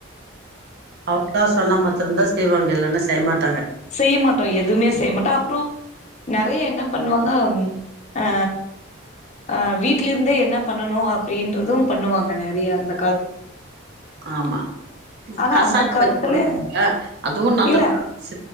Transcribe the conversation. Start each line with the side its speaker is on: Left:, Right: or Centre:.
Right: அவ்ளோ தா சொன்ன மத்திரதம் தான் செய்வாங்க இல்லன்னா செ டைமத்
Left: செய்ய மாட்டோ எதுவுமே செய்ய மாட்டோ அப்புறோ நெறைய என்ன பண்ணுவாங்க ஆ அ வீட்டில இருந்தே என்ன பண்ணணு அப்படின்றதும் பண்ணுவாங்க நெறைய இந்த
Right: ஆமா
Left: ஆனா
Right: கசாயம்
Left: அந்த காலத்துல
Right: வச்சு கொடுப்பாங்கள அதுவு நல்லத
Left: இல்ல